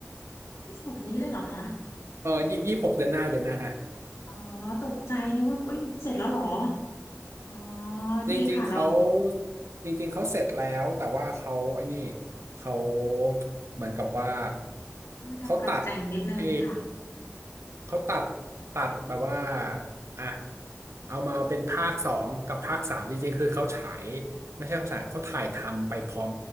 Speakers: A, on the left; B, on the right.
A: ยี่สิบหกนี้เลยเหรอคะ
B: เออยี่สิบหกเดือนหน้าเดือนหน้า
A: อ๋อตกใจนึกว่าเอ้ยเสร็จแล้วเหรออ๋อ
B: จริงๆเขา
A: ดีค่ะแล้ว
B: จริงๆ เขาเสร็จแล้วแต่ว่าเขาไอ้นี่เขาเหมือนกับว่า
A: ต้องมีการปรับแต่งนิดนึงค่ะ
B: เขาตัดเอเขาตัดตัดแบบว่าอ่ะเอามาเป็นภาคสองกับภาคสามจริงๆ คือเขาฉายไม่ใช่เขาฉายเขาถ่ายทำไปพร้อม